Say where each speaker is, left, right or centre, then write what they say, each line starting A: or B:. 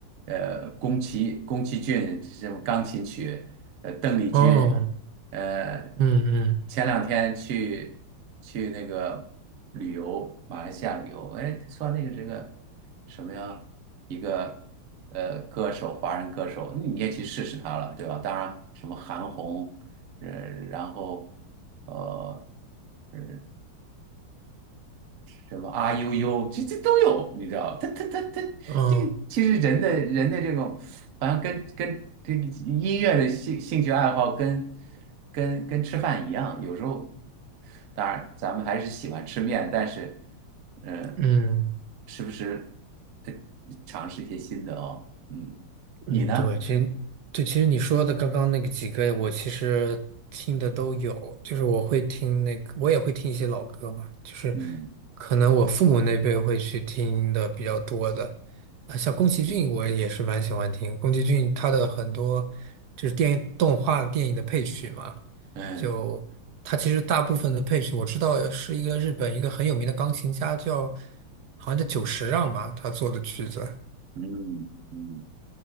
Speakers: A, on the right (about 80°); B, on the right (about 60°).
A: 呃宫崎宫崎骏这种钢琴曲，呃邓丽君，
B: 哦，
A: 呃
B: 嗯
A: 前两天去去那个旅游马来西亚旅游，哎说那个是个什么呀？一个呃歌手，华人歌手，你也去试试他了，对吧？当然，什么韩红，呃，然后呃。呃什么啊呦呦，这这都有，你知道？他他他他，
B: 嗯，哦，
A: 这个其实人的人的这种，好像跟跟这个音乐的兴兴趣爱好跟跟跟吃饭一样，有时候当然咱们还是喜欢吃面，但是嗯、呃
B: 嗯。
A: 时不时呃尝试一些新的哦，嗯，
B: 嗯，
A: 你呢？
B: 对，其实对，其实你说的刚刚那个几个，我其实听的都有，就是我会听那个，我也会听一些老歌嘛，就是
A: 嗯
B: 可能我父母那辈会去听的比较多的，啊，像宫崎骏，我也是蛮喜欢听宫崎骏他的很多就是电影动画电影的配曲嘛，
A: 嗯
B: 就他其实大部分的配曲，我知道是一个日本一个很有名的钢琴家叫好像叫久石让吧，他做的曲子。
A: 嗯嗯，